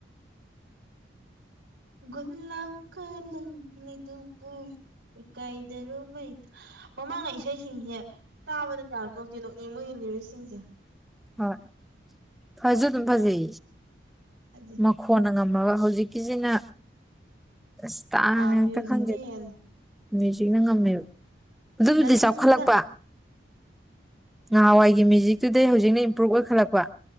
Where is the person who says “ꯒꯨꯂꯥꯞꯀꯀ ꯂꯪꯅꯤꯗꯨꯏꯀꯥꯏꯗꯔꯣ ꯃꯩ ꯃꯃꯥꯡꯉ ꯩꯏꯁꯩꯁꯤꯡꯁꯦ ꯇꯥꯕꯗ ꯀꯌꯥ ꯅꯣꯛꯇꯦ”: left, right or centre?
Right